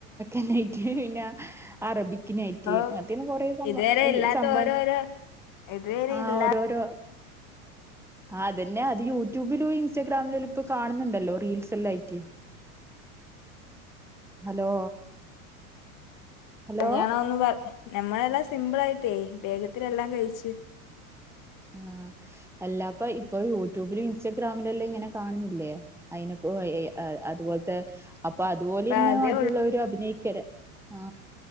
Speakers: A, in the centre; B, on the left (about 45°).
A: ആൻഡ് നൈറ്റ്‌ പിന്നെ അറബിക്ക് നൈറ്റ്‌
B: ഓഹ്
A: അങ്ങനത്തെയുള്ള കുറേ
B: ഇതുവരെ
A: അയ്യോ
B: ഇല്ലാത്ത
A: സംഭവങ്ങൾ
B: ഓരോരോ ഇതുവരെ
A: ആ
B: ഇല്ല
A: ഓരോരോ ആ അതന്നെ അത് യൂട്യൂബിലും ഇൻസ്റ്റാ ഗ്രാമിൽ ഇപ്പോ കാണുന്നുണ്ടല്ലോ റീൽസല്ലാം ആയിട്ട് ഹലോ ഹലോ
B: കല്യാണമെന്ന് പറഞ്ഞ നമ്മളെല്ലാം സിമ്പിൾ ആയിട്ട് വേഗത്തിൽ എല്ലാം കയിച്
A: ആ എല്ലാപ്പാ ഇപ്പൊ യൂട്യുബിലും ഇൻസ്റ്റാഗ്രാമിലും എല്ലാം ഇങ്ങനെ കാണുന്നില്ലേ അയിനിപ്പോ അതുപോലത്തെ അപ്പൊ അതുപോലെന്നെ
B: അപ്പ അതേ
A: മറ്റുള്ളവരും അഭിനയിക്കാ ആ